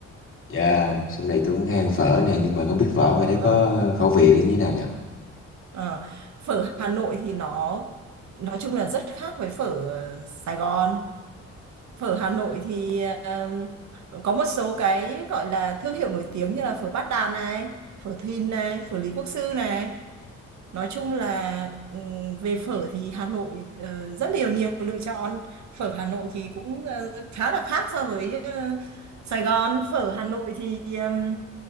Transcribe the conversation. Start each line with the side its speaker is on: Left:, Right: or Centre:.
Left: dạ, trong này tôi cũng hay ăn phở nè nhưng mà không biết phở
Right: Ờ,
Left: ngoài
Right: ờ,
Left: đấy có
Right: ờ.
Left: khẩu vị là như thế nào nhỉ?
Right: Ờ, Phở Hà Nội thì nó nói chung là rất khác với phở ờ, Sài Gòn. phở Hà Nội thì ờ, có một số cái gọi là thương hiệu nổi tiếng như là phở Bát Đàn này, phở Thìn này, phở Lý Quốc Sư này. Nói chung là ừm, về phở thì Hà Nội ờ, rất nhiều nhiều lựa chọn. Phở Hà Nội thì cũng ờ, khá là khác so với ờ, Sài Gòn. Phở Hà Nội thì ừm,